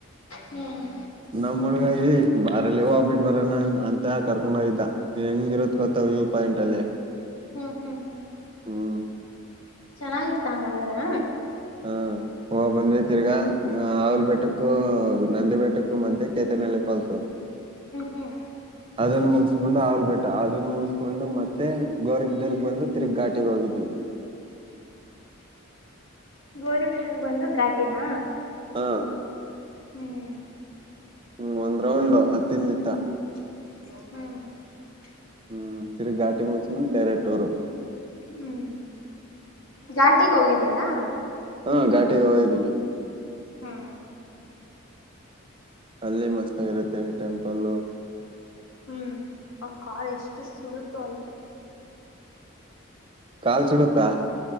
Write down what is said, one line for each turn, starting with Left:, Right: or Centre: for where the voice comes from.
Left: ಹ್ಮ್
Right: ನಮ್ಮ್ ಹಣಗ ಮಾರಲ್ಲಿ ಹೋಗಬಿಟ್ಟು ಬರಣ ಅಂತ ಕರ್ಕೊಂಡ್ ಹೋಗಿದ್ದ ಹೆಂಗಿರುಕೋತ ವ್ಯೂ ಪಾಯಿಂಟ್ ಅಲ್ಲಿ
Left: ಹ್ಮ್ ಹ್ಮ್ ಹ್ಮ್
Right: ಹ್ಮ್
Left: ಚೆನ್ನಾಗಿತ್ತಂಗದ್ರ
Right: ಹಾ ಹ ಬಂದ್ರೆ ತಿರ್ಗಾ ಆಲ್ ಬೆಟ್ಟಕ್ಕೂ ನಂದಿ ಬೆಟ್ಟಕ್ಕೂ ಮತ್ತೆ ಕೇತನಹಳ್ಳಿ ಫಾಲ್ಸು
Left: ಹ್ಮ್
Right: ಅದನ್ನು ಮುಗಿಸಕೊಂಡು ಅವಲ್ಬಟ್ಟ ಅದನ್ನ ಮುಗಿಸಕೊಂಡು ಮತ್ತೆ ಗೋರ್ಗ್ರ್ಗ್ ಬಂದು ತಿರುಗ್ ಗಟಿಗೆ ಹೋಗಿದ್ವಿ
Left: ಬೋರಿಬರರ್ ಬಂದು ಘಾಟಿನ
Right: ಹಾ
Left: ಹ್ಮ್
Right: ಹ್ಮ್ ಒಂದ್ ರೌಂಡ ಹತ್ತಿಂದಿತ್ತ
Left: ಹ
Right: ಹ್ಮ್ ಸರಿ ಘಾಟಿ ಮುಗಸ್ಕೊಂಡು ಡೈರೆಕ್ಟ್ ಅವರು
Left: ಹ್ಮ್ ಘಾಟಿಗೆ ಹೋಗಿದ್ದೀರಾ
Right: ಹಾ ಘಾಟಿಗೆ ಹೋಗಿದ್ದೀನಿ
Left: ಹ್ಮ್
Right: ಅಲ್ಲಿ ಮಸ್ತ ಆಗರುತ್ತೆ ಟೆಂಪಲ್ಲ
Left: ಹ್ಮ್ ಆ ಕಾರ್ ಎಷ್ಟು ಸುಡತೋ ಅಲ್ಲಿ
Right: ಕಲ್ ಚಡೋತಾ